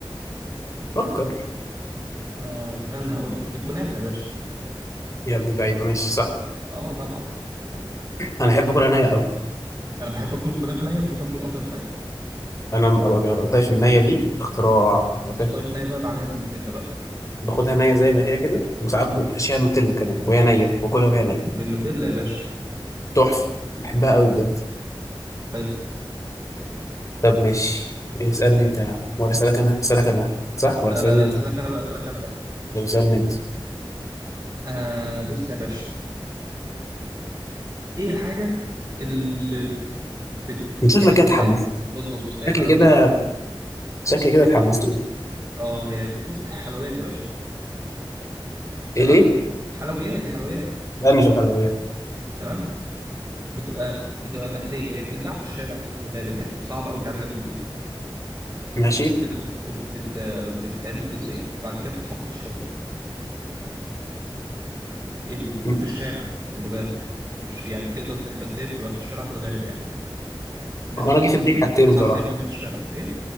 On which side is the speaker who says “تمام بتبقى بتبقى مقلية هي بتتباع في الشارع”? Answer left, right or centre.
Right